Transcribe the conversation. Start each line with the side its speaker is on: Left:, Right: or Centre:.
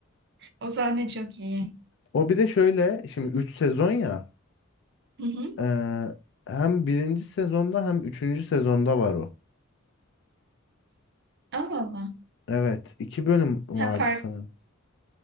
Right: O sahne çok iyi.
Left: O bir de şöyle şimdi 3 sezon ya.
Right: Hı hı.
Left: eee, hem birinci sezonda hem üçüncü sezonda var o.
Right: Allah Allah.
Left: Evet. 2 bölüm vardı
Right: Ha, fark.
Left: sanırım.